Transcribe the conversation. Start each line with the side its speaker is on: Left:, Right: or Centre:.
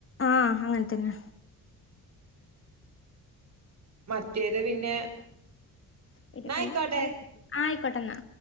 Left: ആഹ് അങ്ങത്തനെ
Right: മറ്റേത് പിന്നെ
Left: <unintelligible>
Right: ന്നാ ആയിക്കോട്ടെ
Left: പെട്ടന്ന്